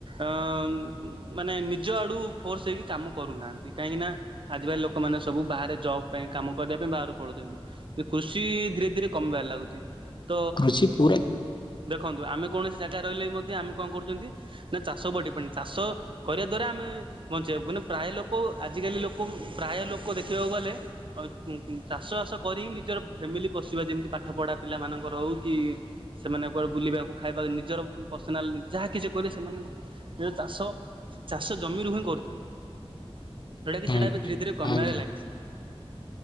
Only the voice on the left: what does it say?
କୃଷି ପୁରା
ଆଜ୍ଞା
ଆଜ୍ଞା